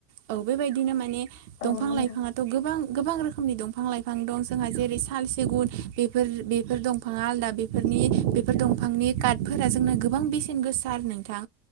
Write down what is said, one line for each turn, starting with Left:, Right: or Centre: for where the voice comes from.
Right: औ बेबायदिनो माने दंफां
Left: औ नंगौ नोंथां
Right: लाइफाङाथ गोबां गोबां रोखोमनि दंफां बिफां लाइफां दं जोंहा जेरै साल सिगुन बेफोर बेफोर दंफाङा आदा बेफोरनि दंफांनि कार्टफोरा जोंनो गोबां बेसेन गोसा आरो नोंथां